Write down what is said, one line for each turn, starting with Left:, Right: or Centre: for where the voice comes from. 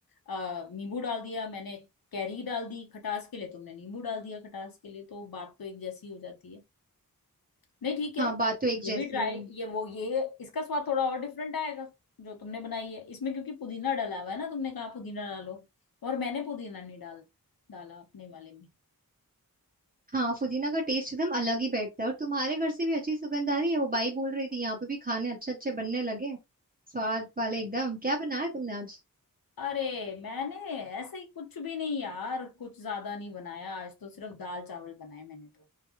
Left: अ, नींबू डाल दिया मैंने कैरी डाल दी खटास के लिए तुमने नींबू डाल दिया खटास के लिए तो बात तो एक जैसी हो जाती है नहीं ठीक है
Right: हाँ बात तो एक
Left: ये
Right: जैसी
Left: भी ट्राई
Right: है
Left: ये वो ये इसका स्वाद थोड़ा और डिफरेंट आएगा जो तुमने बनाई है इसमें क्योंकि पुदीना डाला हुआ है ना तुमने कहा पुदीना डालो और मैंने पुदीना नहीं डाल डाला अपने वाले में
Right: हाँ पुदीना का टेस्ट एकदम अलग ही बैठता है और तुम्हारे घर से भी अच्छी सुगंध आ रही है वो बाई बोल रही थी यहाँ पे भी खाने अच्छे अच्छे बनने लगे हैं। स्वाद वाले एकदम क्या बनाया तुमने आज
Left: अरे मैंने ऐसे ही कुछ भी नहीं यार कुछ ज्यादा नहीं बनाया आज तो सिर्फ दाल चावल बनाए मैंने तो